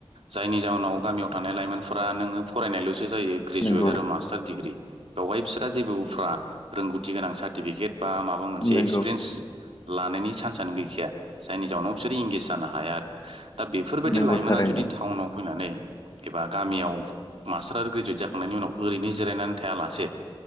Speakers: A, on the right; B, on the left.
A: जायनि जाउनाव गामियाव थानाय लाइमोन फ्रा नोङो फरायनायल'सो जायो ग्रेजुवेट
B: नंगौ
A: आरो मास्टार डिग्रि बेवहाय बिसिहा जेबो उफ्रा रोंगौथि गोनां साटिफिकेट बा माबा मोनसे
B: नंगौ
A: एक्सपिरियेन्स लानायनि चान्सआनो गैखाया जाइनिजावनाव बिसोरो इंगेज जानो हाया आरो दा बेफोरबायदि
B: नंगौ
A: लाइमोना
B: थारैनो
A: जुदि टाउनाव फैनानै एबा गामियाव मास्टार आरो ग्रेजुवेट जाखांनायनि उनाव ओरैनो जिरायनानै थायालासे